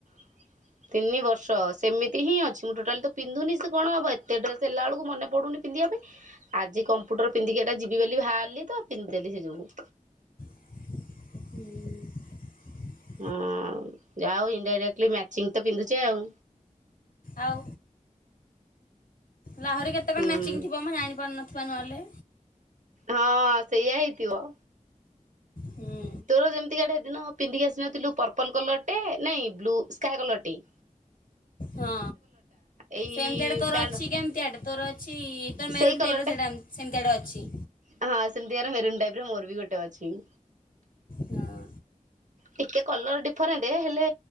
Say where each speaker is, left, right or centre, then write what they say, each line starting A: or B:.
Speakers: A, on the right; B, on the left.
A: <inaudible> ତିନି ବର୍ଷ ସେମିତି ହିଁ ଅଛି। ମୁଁ ଟୋଟାଲି ତ ପିନ୍ଧୁନି ସେ କଣ ହେବ ଏତେ ଡ୍ରେସ୍ ହେଲାବେଳକୁ ମନେ ପଡୁନି ପିନ୍ଧିବା ପାଇଁ। ଆଜି କମ୍ପ୍ୟୁଟର ପିନ୍ଧିକିଇଟା ଯିବି ବୋଲି ବାହାରିଲି ତ ପିନ୍ଧିଦେଲି ସେ ଯୋଗୁ।
B: ହୁଁ।
A: ହଁ ଯାଉ ଇନଡାଇରେକ୍ଟଲି ମ୍ୟାଚିଂ ତ ପିନ୍ଧୁଛେ ଆଉ।
B: ଆଉ ଲାହୁରି କେତେ
A: ହୁଁ।
B: କଣ ମ୍ୟାଚିଂ ଥିବ ମୁଁ ଜାଣିପାରୁନଥିବା ନହେଲେ।
A: ହଁ ସେୟା ହେଇଥିବ।
B: ହୁଁ
A: ତୋର ଯେମିତିକାଆଡେ ଦିନ ପିନ୍ଧିକି ଆସି ନଥିଲୁ ପର୍ପଲ କଲରଟେ ନାଇଁ ବ୍ଲୁ ସ୍କାାଇ କଲରଟେ।
B: ହଁ
A: ଏଇ
B: ସେମିତିଆଡ଼େ ତୋର
A: ପ୍ୟାଣ୍ଟ
B: ଅଛି କେମତି ଆଡ଼େ ତୋର ଅଛି ତୋର ମେରୁନ୍
A: ସେଇ କଲର
B: ଟାଇପ ର
A: ଟା
B: ସେଇଟାମ ସେମିତିଆଡ଼େ ଅଛି।
A: ହଁ ସେମିତି କାର ମେରୁନ୍ ଟାଇପ ର ମୋର ବି ଗୋଟେ ଅଛି।
B: ହଁ
A: ଟିକେ କଲର ଡିଫରେଣ୍ଟ ହେଲେ